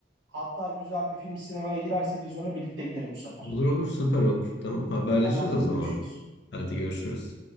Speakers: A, on the right; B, on the left.
A: hatta güzel bir film sinemaya girerse vizyona birlikte gidelim bu sefer.
B: Olur olur süper olur. Tamam haberleşiriz
A: Tamamdır
B: o zaman.
A: görüşürüz.
B: Hadi görüşürüz.